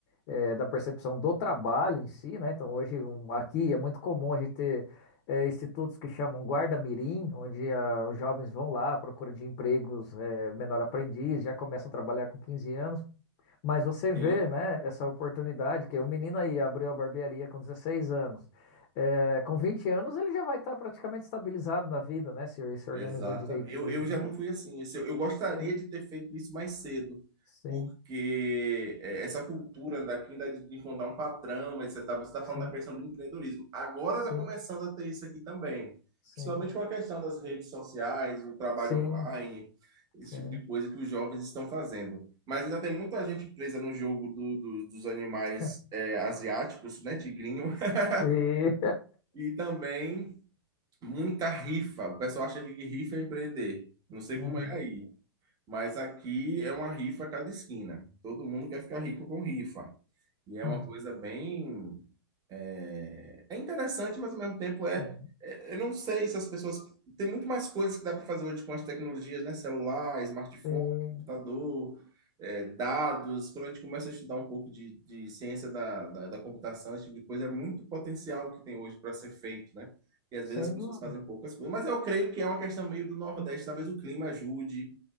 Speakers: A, on the left; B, on the right.
A: é, da percepção do trabalho em si, né? Então, hoje, um- aqui é muito comum a gente ter é, institutos que chamam guarda-mirim, onde ah, os jovens vão lá à procura de empregos é, menor aprendiz, já começa a trabalhar com 15 anos, mas você
B: Sim.
A: vê, né, essa oportunidade que o menino aí abriu a barbearia com 16 anos. É, com 20 anos ele já vai estar praticamente estabilizado na vida, né, se, se organizou
B: Exatamente.
A: direitinho,
B: Eu, eu já
A: né?
B: não fui assim. Esse- Eu, eu gostaria
A: Sim,
B: de ter feito isso mais cedo,
A: sim,
B: porque é, essa cultura daqui da- de encontrar um patrão, etc. Você está você tá
A: sim,
B: falando da questão do empreendedorismo. Agora
A: sim,
B: está começando a ter isso aqui também,
A: sim,
B: principalmente com a questão das redes sociais, o trabalho
A: sim,
B: online, esse
A: sim,
B: tipo de coisa que os jovens estão fazendo. Mas ainda tem muita gente presa no jogo do- do- dos animais
A: <laughs>
B: é, asiáticos, né, tigrinho, <laughs>
A: sim.
B: e também Muita rifa. O pessoal acha que rifa é empreender. Não sei
A: Uhum,
B: como é aí. Mas aqui é uma rifa a cada esquina. Todo mundo quer ficar rico com rifa. E é
A: hum,
B: uma coisa bem. É, é interessante, mas ao mesmo tempo é.
A: sim,
B: é- Eu não sei se as pessoas. Tem muito mais coisas que dá para fazer hoje com as tecnologias, né? Celular, smartphone,
A: sim,
B: computador, é, dados. Quando a gente começa a estudar um pouco de, de ciência da, da, da computação, esse tipo de coisa, é muito potencial que tem hoje para ser feito, né? E às
A: sem
B: vezes as pessoas
A: dúvida.
B: fazem poucas coisas. Mas eu creio que é uma questão meio do Nordeste. Talvez o clima ajude.